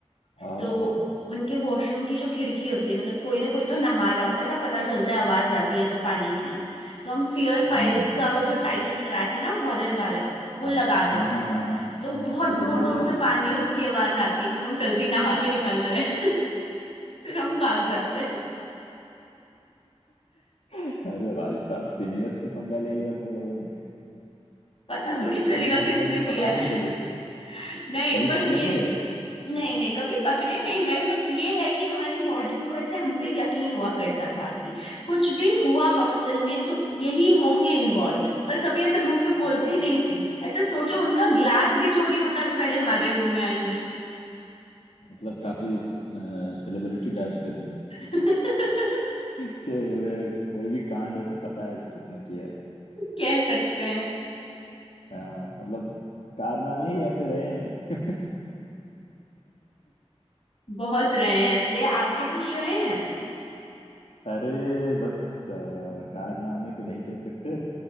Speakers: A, on the left (about 75°); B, on the left (about 60°).
A: आ हम्म
B: तो उनके वॉशरूम की जो खिड़की होती है मतलब कोई ना कोई तो नहा रहा होता है ऐसा पता चलता है आवाज आती है तो पानी की तो हम फियर
A: हम्म।
B: फाइल्स का वो जो टाइटल ट्रैक है ना हॉरर वाला वो
A: हाँ
B: लगा
A: हाँ
B: देते
A: हाँ हाँ
B: हैं
A: हाँ हाँ
B: तो बहुत
A: ओ
B: जोर जोर
A: भाई
B: से पानी उसकी आवाज आती है कि वो जल्दी नहा के निकल रहे हैं <laughs> फिर हम भाग जाते हैं
A: अरे भाई साहब सीनियर से पंगा ले लिया तुम लोगों ने
B: पता
A: <laughs>
B: थोड़ी चलेगा
A: किसी सीनियर
B: किसने
A: ने
B: किया
A: पकड़ा नहीं
B: है
A: कभी
B: <laughs> नहीं
A: कभी
B: पर
A: पकड़े
B: ये
A: नहीं गए
B: नहीं नहीं कभी पकड़े नहीं गए बट ये है कि हमारे वार्डन को ऐसे हम पे यकीन हुआ करता था कि कुछ भी हुआ हॉस्टल में तो यही होंगे इन्वॉल्व्ड पर कभी ऐसे मुंह पे
A: हाँ
B: बोलती नहीं थी ऐसे सोचो उनका ग्लास भी चोरी हो जाए तो पहले हमारे रूम में आएंगी
A: मतलब काफी सेलिब्रिटी टाइप थे तुम
B: <laughs>
A: के बोले कोई भी कांड हो तो पता है कि किसने किया है
B: कह सकते हैं
A: हाँ, मतलब कारनामे ही ऐसे रहे हैं
B: बहुत रहे हैं ऐसे आपके कुछ रहे हैं
A: अरे बस अ, कारनामे तो नहीं कह सकते